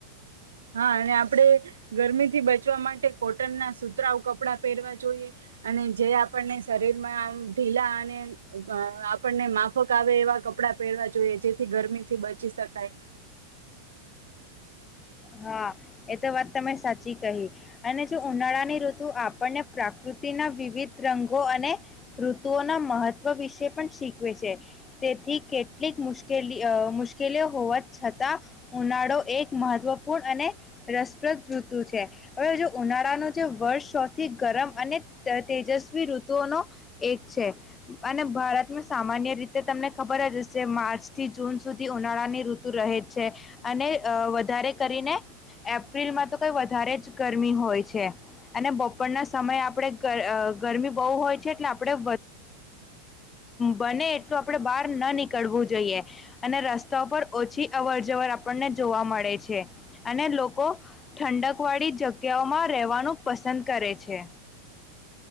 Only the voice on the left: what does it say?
હા એ તો વાત તમે સાચી કહી અને જો ઉનાળાની ઋતુ આપણને પ્રાકૃતિના વિવિધ રંગો અને ઋતુઓના મહત્વ વિશે પણ શીખવે છે તેથી કેટલીક મુશ્કેલી મુશ્કેલીઓ હોવા છતાં. ઉનાળો એક મહત્વપૂર્ણ અને રસપ્રદ ઋતુ છે હવે જો ઉનાળાનો જે વર્ષ સૌથી ગરમ અને તેજસ્વી ઋતુઓનો એક છે અને ભારતમાં સામાન્ય રીતે તમને ખબર જ હશે માર્ચ થી જૂન સુધી ઉનાળાની ઋતુ રહે જ. અને વધારે કરીને એપ્રિલમાં તો કઈ વધારે જ ગરમી હોય છે અને બપોરના સમયે આપણે ગરમી બહુ હોય છે એટલે આપણે બને એટલું આપણે બહાર ન નીકળવું જોઈએ અને રસ્તા પર ઓછી. અવર જવર આપણને જોવા મળે છે અને લોકો ઠંડક વાળી જગ્યાઓમાં રહેવાનું પસંદ કરે છે.